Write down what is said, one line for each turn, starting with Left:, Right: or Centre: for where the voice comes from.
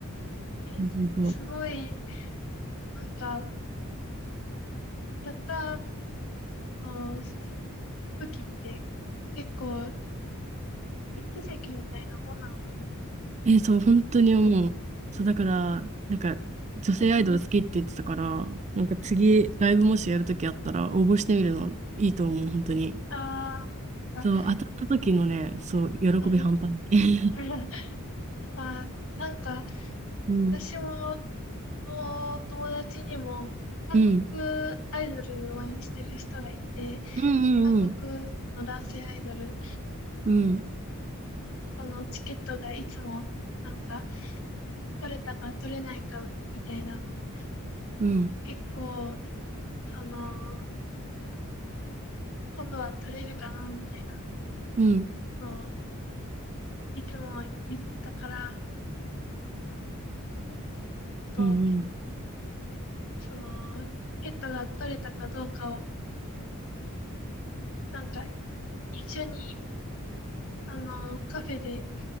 Right: うそそう。
Left: すすごい、なんか、たったの武器って結構、奇跡みたいなもんなのかな。
Right: え、そう、本当に思う。そう、だから、なんか、女性アイドル好きって言ってたから、なんか次、ライブもしやるときあったら、応募してみるのいいと思う、本当に。
Left: あああ、
Right: そう、当たった時のね、そう、喜び半端ない。
Left: うん、<laughs> あなんか、
Right: <laughs> うん。
Left: 私も、の友達にも、韓国
Right: うん。
Left: アイドルを応援してる人がいて、
Right: うんうんうん。
Left: 韓国の男性アイドル。
Right: うん、
Left: そのチケットがいつもなんか取れたか取れないかみたいなの、
Right: うん、
Left: 結構、その、今度は取れるかなみたいな
Right: うん、
Left: のをいつも言ってたから、あと、
Right: うん、うん、
Left: その、チケットが取れたかどうかを、なんか一緒に、あの、カフェで